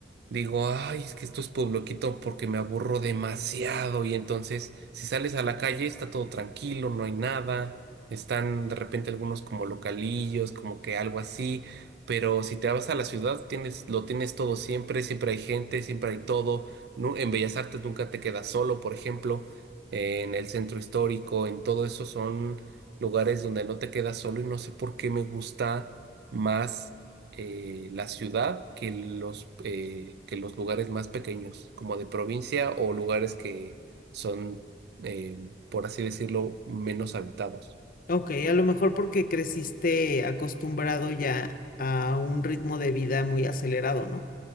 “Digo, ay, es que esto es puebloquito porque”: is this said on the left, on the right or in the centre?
Right